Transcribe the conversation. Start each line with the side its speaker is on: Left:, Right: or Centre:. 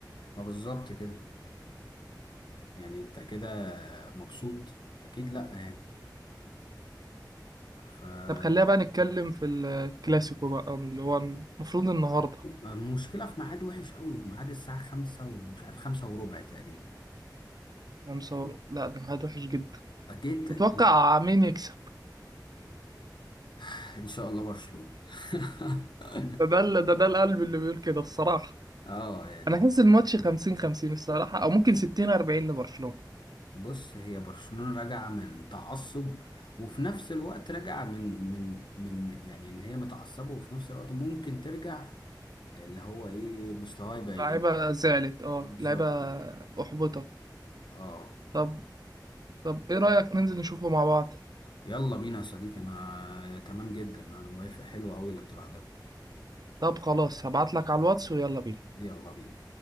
Left: ما بالظبط كده يعني انت كده مبسوط اكيد لا يعني فالنهارده
Right: طب خلينا بقى نتكلم في الكلاسيكو بقى اللي هو المفروض النهاردة
Left: المشكله في ميعاد وحش قوي ميعاد الساعه خمسة ومش عارف خمسة وربع تقريبا
Right: خمسة وربع. لا ده ميعاد وحش جدا
Left: جدا
Right: تتوقع مين يكسب
Left: <laughs> ان شاء الله برشلونه <laughs>
Right: ده ده ده ده القلب اللي بيقول كده الصراحة
Left: اه يعني
Right: انا احس الماتش 50 50 الصراحه او ممكن 60 40 لبرشلونه
Left: بص هي برشلونة راجعة من تعصب وفي نفس الوقت راجعة من من من يعني ان هي متعصبة وفي نفس الوقت ممكن ترجع اللي هو ايه مستواه يبقى
Right: لعيبه
Left: يقل
Right: زعلت اه
Left: بالظبط
Right: لعيبه
Left: كده
Right: احبطت
Left: اه
Right: طب طب ايه رايك ننزل نشوفه مع بعض
Left: يلا بينا يا صديقي انا تمام جدا انا موافق حلو قوي الاقتراح ده
Right: طب خلاص هبعت لك على الواتس ويلا بينا
Left: يلا بينا